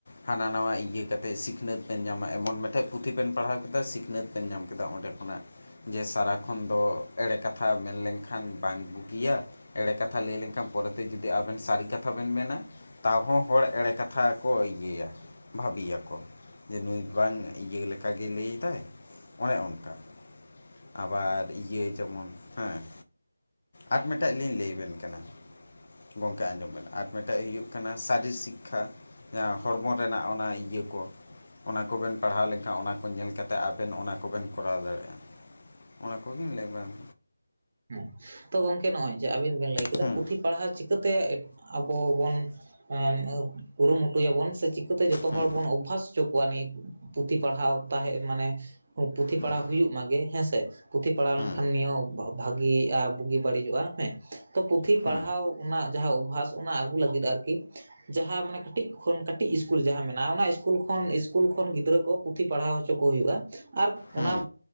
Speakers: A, on the left; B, on the right.
A: ᱦᱟᱱᱟ ᱱᱟᱣᱟ ᱤᱭᱟᱹ ᱠᱟᱛᱮᱫ ᱥᱤᱠᱷᱱᱟᱹᱛ ᱵᱮᱱ ᱧᱟᱢᱟ, ᱮᱢᱚᱱ ᱢᱤᱫᱴᱮᱡ ᱯᱩᱛᱷᱤ ᱵᱮᱱ ᱯᱟᱲᱦᱟᱣ ᱫᱟ ᱥᱤᱠᱷᱱᱟᱹᱛ ᱵᱮᱱ ᱧᱟᱢ ᱠᱮᱫᱟ ᱚᱸᱰᱮ ᱠᱷᱚᱱᱟᱜ, ᱡᱮ ᱥᱟᱨᱟ ᱛᱚᱠᱷᱚᱱ ᱫᱚ ᱮᱲᱮ ᱠᱟᱛᱷᱟ ᱢᱮᱱᱞᱮᱱᱠᱷᱟᱱ ᱵᱟᱝ ᱵᱩᱜᱤᱭᱟ। ᱮᱲᱮ ᱠᱟᱛᱷᱟ ᱛᱷᱟ ᱞᱟᱹᱭ ᱞᱮᱱᱠᱷᱟᱱ ᱯᱚᱨᱮᱛᱮ ᱡᱩᱫᱤ ᱟᱵᱮᱱ ᱥᱟᱹᱨᱤ ᱠᱟᱛᱷᱟ ᱵᱮᱱ ᱢᱮᱱᱟ, ᱛᱟᱣ ᱦᱚᱸ ᱦᱚᱲ ᱮᱲᱮ ᱠᱟᱛᱷᱟ ᱠᱚ ᱤᱭᱟᱹᱭᱟ, ᱵᱷᱟᱹᱵᱤᱭᱟ ᱠᱚ, ᱡᱮ ᱱᱩᱭ ᱵᱟᱝ ᱤᱭᱟᱹ ᱞᱮᱠᱟᱜᱮ ᱞᱟᱹᱭᱫᱟᱭ। ᱚᱱᱮ ᱚᱱᱠᱟ, ᱟᱵᱟᱨ ᱟᱨ ᱤᱭᱟᱹ ᱡᱮᱢᱚᱱ ᱦᱮᱸ ᱟᱨ ᱢᱤᱫᱴᱟᱝ ᱞᱤᱧ ᱞᱟᱹᱭ ᱟᱵᱮᱱ ᱠᱟᱱᱟ ᱾ ᱜᱚᱝᱠᱮ ᱟᱸᱡᱚᱢ ᱵᱮᱱ ᱟᱨ ᱢᱤᱫᱴᱮᱱ ᱦᱩᱭᱩᱜ ᱠᱟᱱᱟ, ᱥᱟ. ᱨᱤ ᱥᱤᱠᱷᱟ। ᱷᱚᱲᱢᱚ ᱨᱮᱱᱟᱜ ᱚᱱᱟ ᱤᱭᱟᱹ ᱠᱚ ᱾ ᱚᱱᱟ ᱠᱚᱵᱮᱱ ᱯᱟᱲᱦᱟᱣ ᱞᱮᱱᱠᱷᱟᱱ ᱚᱱᱟ ᱧᱮᱞ ᱠᱟᱛᱮᱫ ᱟᱵᱮᱱ ᱚᱱᱟ ᱠᱚᱵᱮᱱ ᱠᱚᱨᱟᱣ ᱫᱟᱲᱮᱭᱟᱜᱼᱟ, ᱚᱱᱟ ᱠᱚᱜᱮᱧ ᱞᱟᱹᱭ ᱵᱟᱝ,
B: ᱦᱮᱸ ᱛᱚ ᱜᱚᱝᱠᱮ ᱱᱚᱜᱼᱚᱭ ᱡᱮ ᱟᱹᱵᱤᱱ ᱵᱤᱱ ᱞᱟᱹᱭ ᱠᱮᱫᱟ
A: ᱦᱩᱸ
B: ᱯᱩᱛᱷᱤ ᱯᱟᱲᱦᱟᱣ ᱪᱤᱠᱟᱹᱛᱮ ᱟᱵᱚ ᱵᱚᱱ ᱦᱮᱸ ᱮᱸ ᱠᱩᱨᱩ ᱢᱩᱴᱩᱭᱟ ᱵᱚᱱ, ᱥᱮ ᱪᱤᱠᱟᱹᱛᱮ ᱡᱚᱛᱚ
A: ᱦᱩᱸ
B: ᱦᱚᱲ ᱵᱚᱱ ᱚᱵᱷᱟᱥ ᱦᱚᱪᱚ ᱠᱚᱣᱟ ᱱᱤᱭᱟᱹ ᱯᱩᱛᱷᱤ ᱯᱟᱲᱦᱟᱣ ᱛᱟᱦᱮᱸ ᱢᱟᱱᱮ ᱯᱩᱛᱷᱤ
A: ᱦᱩᱸ
B: ᱯᱟᱲᱦᱟᱣ ᱦᱩᱭᱩᱜ ᱢᱟᱜᱮ, ᱦᱮᱸᱥᱮ? ᱯᱩᱛᱷᱤ ᱯᱟᱲᱟᱣ
A: ᱦᱩᱸ
B: ᱞᱮᱱᱠᱷᱟᱱ ᱱᱤᱭᱟᱹ ᱵᱷᱟᱜᱤᱜᱼᱟ, ᱵᱩᱜᱤ ᱵᱟᱹᱲᱤᱡᱚᱜᱼᱟ᱾ ᱦᱮᱸ ᱛᱚ ᱯᱩᱛᱷᱤ
A: ᱦᱩᱸ
B: ᱯᱟᱲᱦᱟᱣ ᱚᱱᱟ ᱡᱟᱦᱟᱸ ᱚᱵᱵᱷᱟᱥ ᱚᱱᱟ ᱟᱹᱜᱩ ᱞᱟᱹᱜᱤᱫ ᱟᱨᱠᱤ ᱡᱟᱦᱟᱸ ᱢᱟᱱᱮ ᱠᱟᱹᱴᱤᱡ ᱠᱷᱚᱱ ᱠᱟᱹᱴᱤᱡ ᱤᱥᱠᱩᱞ ᱡᱟᱦᱟᱸ ᱢᱮᱱᱟᱜᱼᱟ, ᱚᱱᱟ ᱤᱥᱠᱩᱞ ᱠᱷᱚᱱ ᱤᱥᱠᱩᱞ ᱠᱷᱚᱱ ᱜᱤᱫᱽᱨᱟᱹ ᱠᱚ ᱯᱩᱛᱷᱤ ᱯᱟᱲᱦᱟᱣ ᱦᱚᱪᱚ ᱠᱚ ᱦᱩᱭᱩᱜᱼᱟ ᱿ ᱟᱨ
A: ᱦᱩᱸ
B: ᱚᱱᱟ